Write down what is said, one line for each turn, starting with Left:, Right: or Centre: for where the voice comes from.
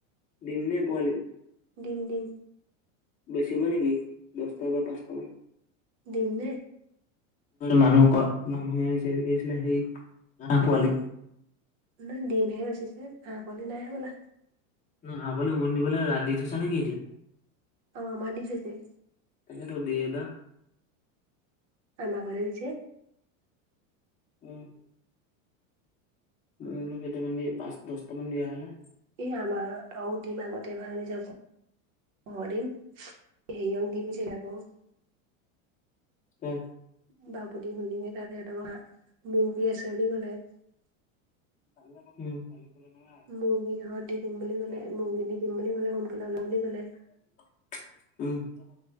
Left: দিম নে পোৱালি?
Right: দিম দিম
Left: বেছিব নেকি? দচটা বা পাঁচটা মান।
Right: ডিমনে
Left: মানুহ মানুহে হে কি আছিলে সেই হাঁহ পোৱালি।
Right: নহয় ডিমহে বেচিছে হাঁহ পোৱালি নাই হবলা।
Left: ন হাঁহ পোৱালি উমনি দিবলৈ দি থৈছা নেকি এতিয়া।
Right: অ, বান্ধিছে এতিয়া।
Left: তাকেতো দেতা
Right: আমাক দিছে।
Left: উম। মোৰো কেইটামান দি পাঁচ দছটামান দিয়া হ'লে।
Right: এই আমাৰ আৰু দিম আগতে ভাগিছে হাহ দিম। হেৰিয়া দি পঠিয়ালে আক।
Left: উম।
Right: <unintelligible>
Left: উম। <unintelligible>
Right: মুৰ্গী হাঁহত দি দিম বুলি ক'লে মুৰ্গী দি দিম বুলি ক'লে সোনকালে ওলাব বুলি ক'লে
Left: উম।